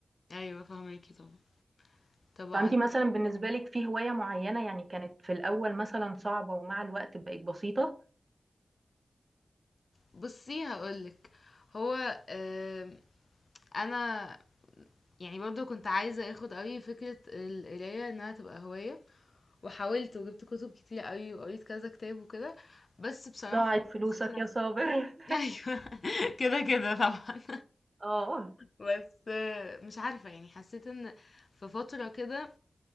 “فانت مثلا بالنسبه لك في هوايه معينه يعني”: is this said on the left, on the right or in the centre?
Right